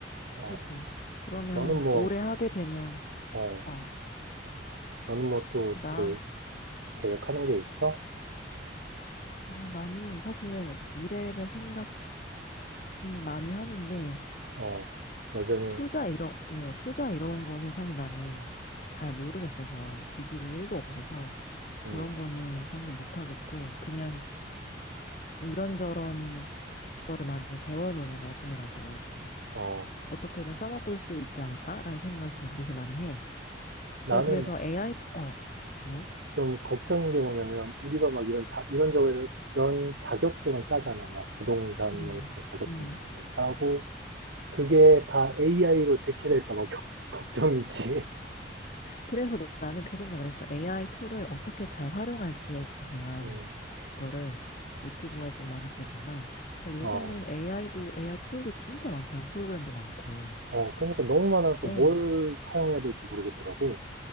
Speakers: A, on the right; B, on the left.
A: 어,
B: 그지. 그러면
A: 너는 뭐,
B: 오래 하게 되면,
A: 어,
B: 어,
A: 너는 뭐또그
B: 나,
A: 계획하는 게 있어?
B: 아, 나는 사실 미래를 생각은 많이 하는데,
A: 어, 여전히,
B: 투자 이런, 어, 투자 이런 거는 사실 나는 잘 모르겠어서, 지식이 1도 없어서, 그런
A: 음,
B: 거는 사실 못하겠고, 그냥 이런저런 거를 많이 배워놓으면 나중에라도
A: 어,
B: 어떻게든 써먹을 수 있지 않을까라는 생각을 좀 요새 많이 해.
A: 나는
B: 그- 그래서 AI, 어, 뭐?
A: 좀 걱정인 게 뭐냐면, 우리가 막 이런 자, 이런저런 자격증을 따잖아. 막 부동산
B: 음,
A: 뭐 이런 거 자격증도
B: 음.
A: 따고, 그게 다 AI로 대체될까 봐 겨- 걱정이지.
B: 그래서 나는 그 생각을 했어. AI 툴을 어떻게 잘 활용할지에 대한
A: <laughs> 음,
B: 거를 유튜브에 좀 많이 보거나. 그러니까
A: 어,
B: 요새는 AI도, AI 툴도 진짜 많잖아. 프로그램도 많고.
A: 어, 그러니까 너무 많아서
B: 어,
A: 뭘 사용해야 될지 모르겠더라고.